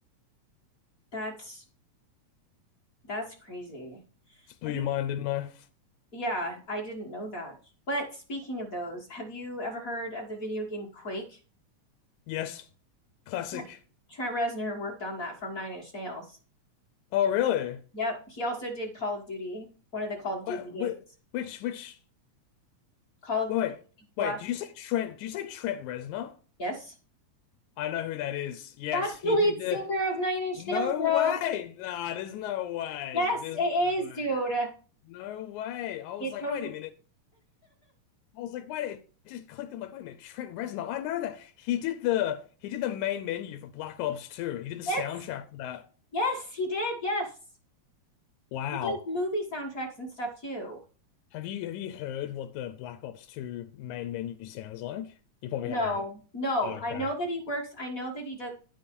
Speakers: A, on the left; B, on the left.
A: That's that's crazy.
B: Just blew
A: Have
B: your
A: you?
B: mind, didn't I?
A: Yeah, I didn't know that. But speaking of those, have you ever heard of the video game Quake?
B: Yes, classic.
A: Tre- Trent Reznor worked on that from Nine Inch Nails.
B: Oh, really?
A: Yep, he also did Call of Duty, one of the Call of Duty
B: Wait,
A: games.
B: whi- which which?
A: Call of
B: Wait, wait,
A: Duty Black.
B: wait. Did you say Trent? Did you say Trent Reznor?
A: Yes.
B: I know who that is. Yes,
A: That's
B: he
A: the lead
B: did the.
A: singer of Nine Inch
B: No
A: Nails, bro.
B: way! Nah, there's no way.
A: Yes,
B: There's
A: it
B: no way.
A: is, dude.
B: No way. I was
A: It
B: like,
A: totally.
B: wait a minute. I was like, wait, it just clicked. I'm like, wait a minute, Trent Reznor. I know that he did the he did the main menu for Black Ops 2. He did the soundtrack
A: Yes,
B: for that.
A: yes, he did. Yes,
B: Wow.
A: he does movie soundtracks and stuff too.
B: Have you have you heard what the Black Ops 2 main menu sounds like? You probably
A: No,
B: haven't.
A: no.
B: Okay.
A: I know that he works. I know that he does.